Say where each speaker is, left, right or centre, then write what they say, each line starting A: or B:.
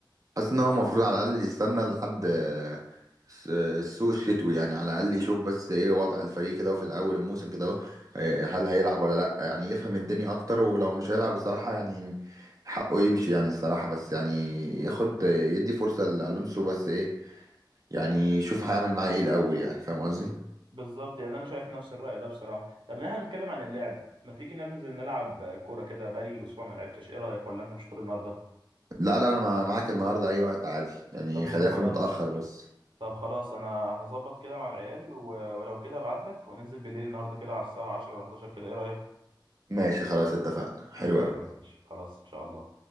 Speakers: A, on the right (about 45°); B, on the right (about 80°).
A: حاسس ان هو المفروض على الاقل يستنى لحد آه، س- السوق الشتوي يعني على الاقل يشوف بس ايه وضع الفريق كده في الاول الموسم كده إيه هل هيلعب ولا لا يعني يفهم الدنيا اكتر ولو مش هيلعب الصراحه يعني حقه يمشي يعني الصراحه بس يعني ياخد يدي فرصه لالونسو بس ايه يعني يشوف هيعمل معاه ايه الاول يعني فاهم قصدي
B: بالظبط يعني انا شايف نفس الراي ده بصراحه طب إن احنا بنتكلم عن اللعب ما تيجي ننزل نلعب كوره كده بقالي اسبوع ما لعبتش ايه رايك ولا انت مش فاضي النهارده
A: لا لا انا مع- معاك النهارده اي وقت عادي يعني
B: طب ما
A: خليها
B: خلاص
A: في المتاخر بس
B: طب خلاص انا هظبط كده مع العيال و... ولو كده ابعت لك وننزل بالليل النهارده كده على الساعه 10 ولا 11 كده ايه رايك
A: ماشي خلاص اتفقنا حلو
B: اتفقنا
A: قوي
B: يا باشا خلاص ان شاء الله